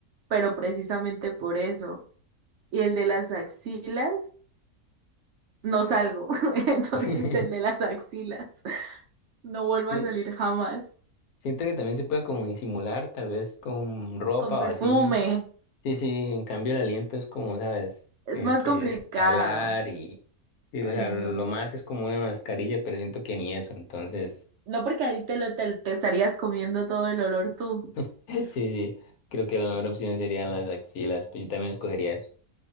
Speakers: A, on the right (about 65°); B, on the left (about 80°).
A: pero precisamente por eso. Y el de las axilas, no salgo, <laughs> entonces
B: <laughs>
A: el de las axilas, no vuelvo
B: Sí,
A: a salir jamás
B: Siento que también se puede como disimular, tal vez con ropa
A: con perfume.
B: o así. Sí, sí, en cambio el aliento es como, sabes,
A: Es
B: tienes
A: más
B: que
A: complicado.
B: hablar y... Sí,
A: Ay,
B: o sea,
A: no.
B: lo más es como una mascarilla, pero siento que ni eso, entonces...
A: No porque ahí te lo te, te estarías comiendo todo el olor tú.
B: <laughs> Sí, sí, creo que la mejor opción serían las axilas, pero yo también escogería eso.